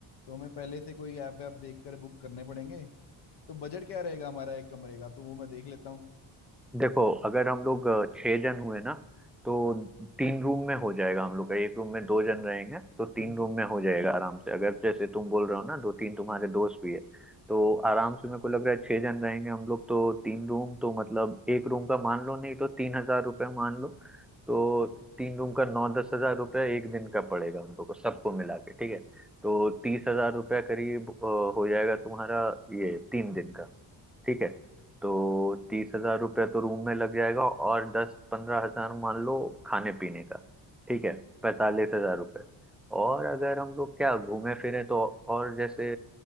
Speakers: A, on the left (about 60°); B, in the centre.
A: तो हमें पहले से कोई ऐप वैप देख कर बुक करने पड़ेंगे तो बजट क्या रहेगा हमारा एक कमरे का तो वो मैं देख लेता हूँ
B: देखो अगर हम लोग अ, छह जन हुए ना तो तीन रूम में हो जाएगा हम लोग का एक रूम में दो जन
A: हम्म
B: रहेंगे तो तीन
A: हम्म
B: रूम में हो जाएगा आराम से अगर जैसे तुम बोल रहे हो ना दो तीन तुम्हारे दोस्त भी है तो आराम से मेरे को लग रहा है छह जन रहेंगे हम लोग तो तीन रूम तो मतलब एक रूम का मान लो नहीं तो तीन हजार रुपये मान लो तो तीन रूम का नौ दस हजार रुपये एक दिन का पड़ेगा हम लोग को सबको मिला के ठीक है तो तीस हजार रुपया करीब अ, हो जाएगा तुम्हारा ये तीन दिन का ठीक है तो तीस हजार रुपया तो रूम में लग जाएगा और दस पंद्रह हजार मान लो खाने पीने का ठीक है पैंतालीस हजार रुपये और अगर हम लोग क्या घूमे फिरे तो और जैसे